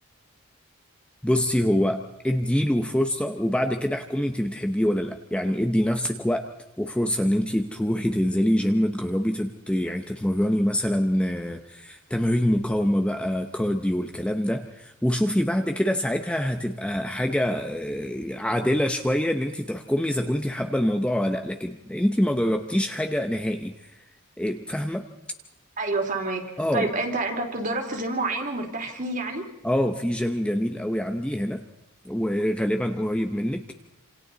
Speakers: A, in the centre; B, on the right.
A: بصي هو ادي له فرصة وبعد كده احكمي انت بتحبيه ولا لا يعني ادي نفسك وقت وفرصة ان انت تروحي تنزلي جيم تجربي تت... يعني تتمرني مثلا آه، تمارين مقاومة بقى كارديو والكلام ده وشوفي بعد كده ساعتها هتبقى حاجة آه، عادلة شوية ان انت تحكمي اذا كنت حابة الموضوع ولا لا لكن انت ما جربتيش حاجة نهائي إيه، فاهمة
B: ايوه فهماك
A: اه
B: طيب انت انت بتتدرب في جيم معين ومرتاح فيه يعني
A: اه في جيم جميل قوي عندي هنا وغالبا قريب منك